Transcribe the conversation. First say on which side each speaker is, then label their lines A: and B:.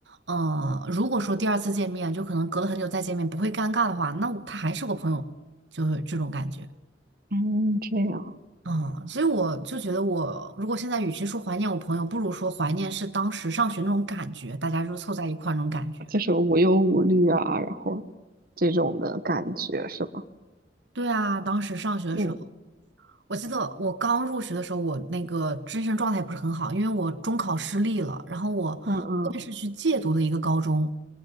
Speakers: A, on the right; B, on the right.
A: 呃，如果说第二次见面就可能隔了很久再见面不会尴尬的话，那我他还是我朋友，就是这种感觉。
B: 嗯，这样。
A: 嗯，所以我就觉得我，如果现在与其说怀念我朋友，不如说怀念是当时上学那种感觉，大家就凑在一块儿那种感觉。
B: 就是无忧无虑啊，然后这种的感觉是吧？
A: 对啊，当时上学的时候。
B: 嗯
A: 我记得我刚入学的时候，我那个精神状态不是很好，因为我中考失利了，然后我后面是去借读的一个高中，
B: 嗯嗯